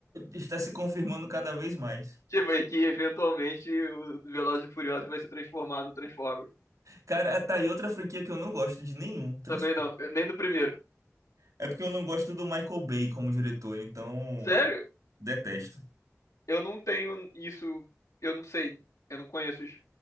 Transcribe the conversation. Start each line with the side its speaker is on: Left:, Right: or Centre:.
Right: está se confirmando cada vez mais.
Left: Tipo, e que eventualmente o Velozes e Furiosos vai se transformar no Transformers.
Right: Cara, tá aí outra franquia que eu não gosto de nenhum, Transformers.
Left: Também não, eu- nem no primeiro.
Right: É porque eu não gosto do Michael Bay como diretor, então
Left: Sério?
Right: detesto.
Left: Eu não tenho isso, eu não sei, eu não conheço os-